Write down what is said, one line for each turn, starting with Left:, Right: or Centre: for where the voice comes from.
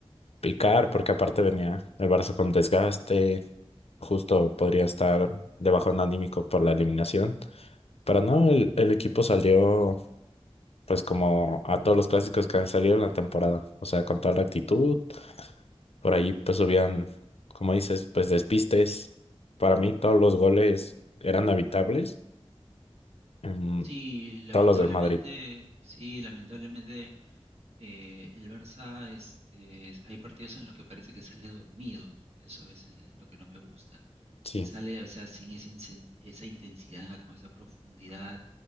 Left: picar, porque aparte venía el Barça con desgaste, justo podría estar de bajón anímico por la eliminación. Pero no, el, el equipo salió pues como a todos los clásicos que han salido en la temporada, o sea, con toda la actitud, por ahí pues subían, como dices, pues despistes. Para mí todos los goles eran habitables, em,
Right: Sí, lamentablemente,
Left: todos los del Madrid,
Right: sí, lamentablemente eh, el Barça, este, es- hay partidos en los que parece que sale dormido. Eso a veces es lo que no me gusta.
Left: sí,
Right: Que sale, o sea, sin esa, incen- esa intensidad, con esa profundidad.